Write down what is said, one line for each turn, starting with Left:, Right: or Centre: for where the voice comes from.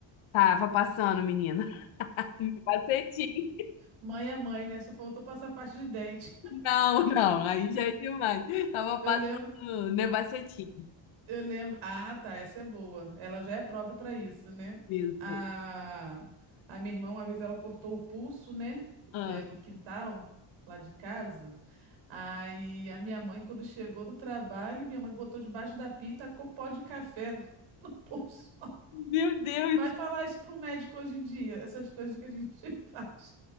Left: tava passando, menina. <laughs> Nebacetim.
Right: Mãe é mãe, né? Só faltou passar parte de dente.
Left: Não, não, aí já é demais.
Right: <laughs>
Left: Tava
Right: Eu
Left: passando
Right: lembro.
Left: nebacetim.
Right: Eu lembro. Ah, tá, essa é boa. Ela já é própria para isso, né?
Left: Isso.
Right: A... a minha irmã, uma vez, ela cortou o pulso, né?
Left: Ah.
Right: É, no quintal, lá de casa. Aí a minha mãe, quando chegou do trabalho, minha mãe botou debaixo da pia e tacou pó de café no <laughs> no pulso.
Left: Meu Deus!
Right: Vai falar isso para um médico hoje em dia, essas coisas que a gente <laughs> faz.